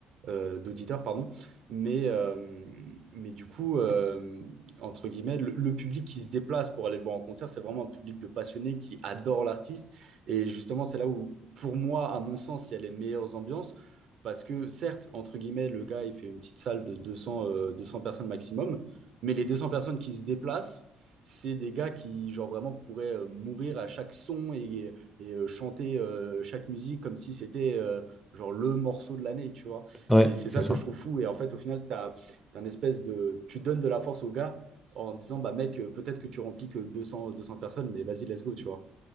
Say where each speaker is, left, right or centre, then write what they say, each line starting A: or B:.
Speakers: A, on the right; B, in the centre.
A: euh, d'auditeurs, pardon. Mais, euh, mais du coup, euh, entre guillemets, le, le public qui se déplace pour aller le voir en concert, c'est vraiment un public de passionnés qui adore l'artiste. Et justement, c'est là où, pour moi, à mon sens, il y a les meilleures ambiances. Parce que certes, entre guillemets, le gars, il fait une petite salle de deux cents euh, 200 personnes maximum, mais les 200 personnes qui se déplacent, c'est des gars qui, genre, vraiment pourraient euh, mourir à chaque son et, et, euh, chanter euh, chaque musique comme si c'était, euh, genre, le morceau de l'année, tu vois.
B: vois.
A: Et
B: Ouais,
A: c'est
B: c'est
A: ça
B: ça.
A: que je trouve fou. Et en fait, au final, t'as, t'as une espèce de, tu donnes de la force aux gars en disant, bah mec, peut-être que tu remplis que 200, 200 personnes, mais vas-y, let's go, tu vois.